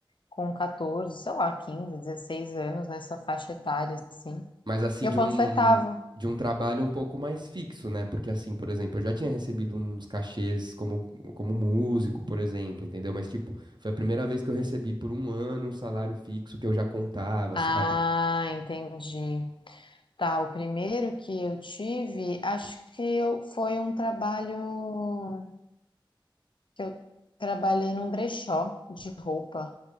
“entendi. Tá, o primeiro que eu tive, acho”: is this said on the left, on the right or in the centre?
Left